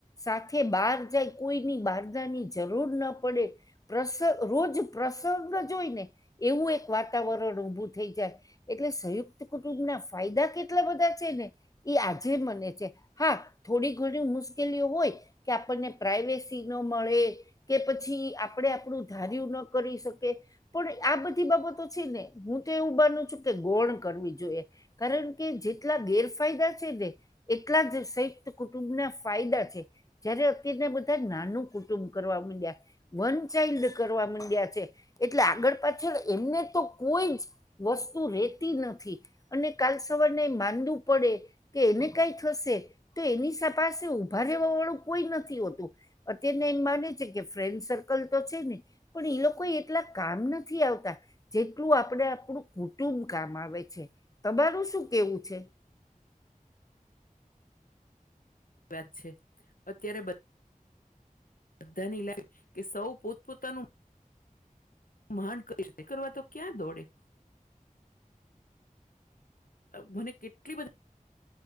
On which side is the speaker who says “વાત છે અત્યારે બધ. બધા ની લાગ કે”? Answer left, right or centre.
Left